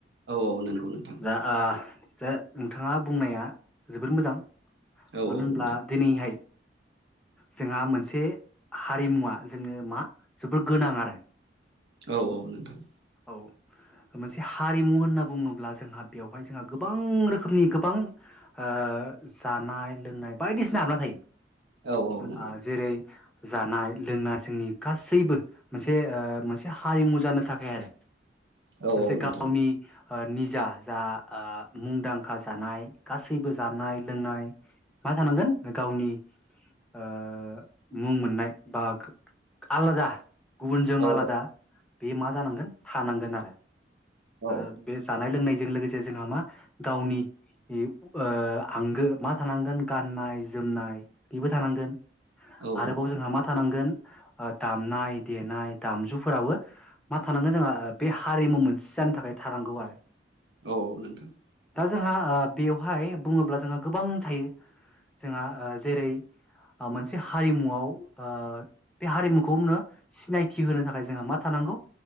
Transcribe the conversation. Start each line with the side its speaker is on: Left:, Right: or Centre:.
Right: औ-औ नंगौ नोंथां
Centre: जा ओ जा नोंथाङा बुंनाया जोबोर मोजां
Right: औ
Centre: मानो
Right: औ
Centre: होनब्ला
Right: नोंथां
Centre: दिनैहाय जोंहा मोनसे हारिमुवा जोङो मा जोबोर गोनां आरो
Right: औ-औ नोंथां
Centre: मोनसे हारिमु होनना बुङोब्ला जोंहा बेवहाय जोंहा गोबां रोखोमनि गोबां ओ जानाय लोंनाय बायदिसिना हाबना थायो
Right: औ औ नोंथां
Centre: आ जेरै जानाय लोंनाय जोंनि गासैबो मोनसे ओ मोनसे हारिमु जानो थाखाय आरो मोनसे
Right: औ औ नोंथां
Centre: गावनि ओ निजा जा ओ मुंदांखा जानाय गासैबो जानाय लोंनाय मा थानांगोन गावनि ओ मुं मोननाय बा आलादा गुबुनजों
Right: औ
Centre: आलादा बे मा जानांगोन थानांगोन आरो
Right: औ
Centre: ओ बे जानाय लोंनायजों लोगोसे जोंहा मा गावनि हिब ओ आंगो मा थानांगोन गाननाय-जोमनाय बिबो थानांगोन
Right: औ
Centre: आरोबाव जोंहा मा थानांगोन ओ दामनाय-देनाय दामजुफोराबो मा थानांगोन जोंहा ओबे हारिमु मोन जानो थाखाय थानांगौ आरो
Right: औ नोंथां
Centre: दा जो जोंहा ओ बेवहाय बुङोब्ला जोंहा गोबां थायो जोंहा ओ जेरै ओमोनसे हारिमुआव ओ बे हारिमुखौनो सिनायथि होनो थाखाय जोंहा मा थाना नांगौ